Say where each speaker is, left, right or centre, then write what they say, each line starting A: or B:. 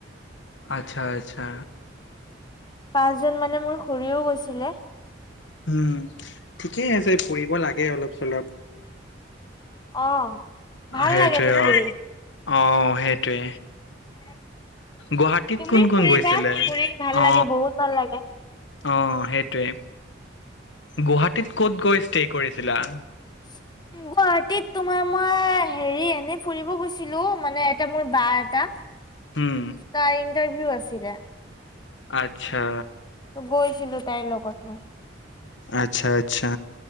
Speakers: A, on the left (about 65°); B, on the left (about 20°).
A: আচ্ছা আচ্ছা
B: পাঁচ জন মানে মোৰ খৰিও গৈছিলে
A: উম ঠিকেই আছে ফঢ়ব লাগে অলপ চলপ
B: অ ভাল
A: সেইটোৱে
B: লাগেতো ফুৰি।
A: অ সেইটোৱে
B: <unintelligible>
A: গুৱাহাটীত
B: তুমিও
A: কোন কোন
B: ফুৰিবা
A: গৈছিলে
B: ফুৰি ভাল
A: অ
B: লাগে বহুত ভাল লাগে
A: অ সেইটোৱে গুৱাহাটীত ক'ত গৈ ষ্টে কৰিছিলা
B: <unintelligible> তোমাৰ মই হেৰি এনেই ফুৰিব গৈছিলো মানে এটা মোৰ বা এটা
A: উম
B: তাই ইটাৰভিউ আছিলে
A: আচ্ছা
B: গৈছিলো তাইৰ লগত মই।
A: আচ্ছা আচ্ছা